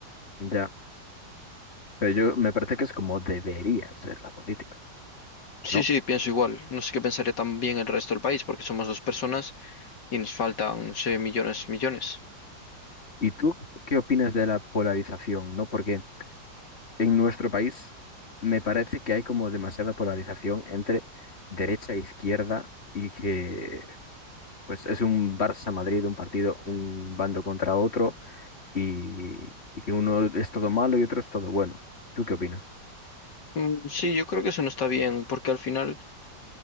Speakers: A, on the left; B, on the left.
A: ya. Pero yo me parece que es como debería ser la política,
B: Sí,
A: ¿no?
B: sí, pienso igual. No sé qué pensaría también el resto del país, porque somos dos personas y nos faltan, no sé, millones, millones.
A: ¿Y tú qué opinas de la polarización, ¿no? Porque en nuestro país me parece que hay como demasiada polarización entre derecha e izquierda y que pues es un Barça-Madrid, un partido, un bando contra otro y, y que uno es todo malo y otro es todo bueno. ¿Tú qué opinas?
B: Mm, Sí, yo creo que eso no está bien, porque al final